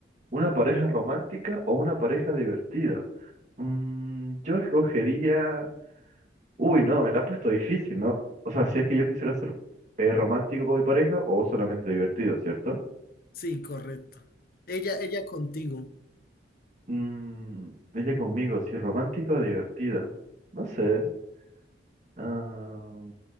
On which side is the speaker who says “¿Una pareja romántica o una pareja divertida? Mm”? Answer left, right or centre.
Right